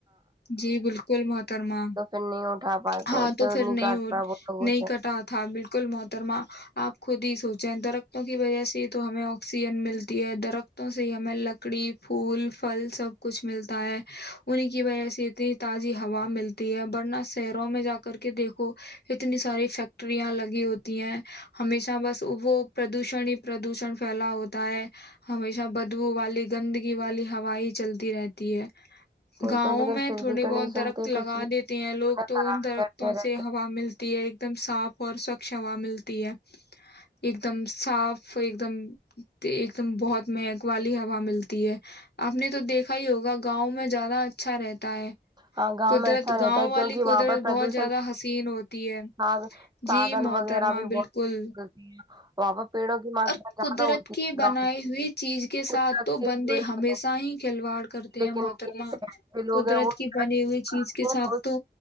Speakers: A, on the left (about 65°); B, on the right (about 25°).
A: جی بالکل محترما
B: تو پھر نہیں اٹھا پائے
A: ہاں
B: کو
A: تو پھر نہیں
B: کاٹ پائے وہ لوگوں
A: نہیں
B: سے
A: کٹا تھا بالکل محترما آپ کو خود ہی سوچ جند درتوں کی وجہ سے تو ہمیں آکسی س ملتی ہے درختوں سے ہمیں لکڑی پھول پھل سب کچھ ملتا ہے انہیں کی وجہ سے اتنی تازی ہوا ملتی ہے ورنہ شہروں میں جا کر کے دیکھو اتنی ساری فیکٹریاں لگی ہوتی ہیں ہمیشہ بس وہ پردوشن ہی پردوشن پھیلا ہوتا ہے ہمیشہ بدبو والی گندگی والی ہوا ہی چلتی رہتی ہے
B: کوئی
A: گاؤں
B: تو لیکن
A: میں
B: پھر
A: تھوڑے
B: بھی تو
A: بہت
B: نہیں سنتے
A: درخت لگا
B: کچھ
A: دیتے ہیں لوگ
B: خرابی
A: تو ان درختوں
B: کرتے رہتے
A: سے ہوا ملتی ہے ایک دم صاف اور سوچھ ہوا ملتی ہے ایک دم صاف ایک دم ایک دم بہت مہک والی ہوا ملتی ہے آپ نے تو دیکھا ہی ہوگا گاؤں میں ج اچھا رہتا
B: ہاں گاؤں
A: قدرت
B: میں اچھا رہتا
A: گاؤں
B: ہے کیونکہ
A: والی قدرت
B: وہاں پر پردوشن
A: بہت زیادہ حسین ہوتی ہے
B: آگ سادھن
A: جی محترما
B: وغیرہ بھی بہت
A: بالکل
B: وہاں پر پیڑوں کی ماترا
A: اور قدرت
B: زیادہ ہوتی
A: کی
B: ہے
A: بنائی
B: گاؤں
A: ہوئی چیز کے
B: قدرت
A: ساتھ تو
B: سے
A: بندے
B: جڑے
A: ہمیشہ
B: ہوئے
A: ہی کھلواڑ کرتے
B: لیکن
A: ہیں محترمہ
B: جو لوگ
A: قدرت
B: ہیں وہ درخت
A: بنی ہوئی چیز کے
B: ہیں،
A: ساتھ
B: اس
A: تو